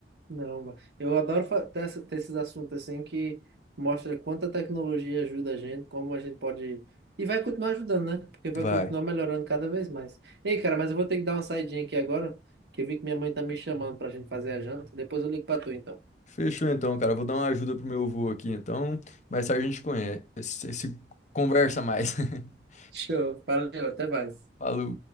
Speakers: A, on the right; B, on the left.
A: Não, va- eu adoro fa- ter, essa- ter esses assuntos assim que mostra quanta tecnologia ajuda a gente, como a gente pode. E vai continuar ajudando, né? Porque vai
B: Vai.
A: continuar melhorando cada vez mais. Ei, cara, mas eu vou ter que dar uma saidinha aqui agora, que eu vi que minha mãe tá me chamando pra gente fazer a janta. Depois eu ligo pra tu, então.
B: Fechou então, cara. Eu Vou dar uma ajuda pro meu avô aqui, então. Mais tarde a gente conhece, se se conversa mais. <laughs>
A: Show, valeu, até mais.
B: Falou.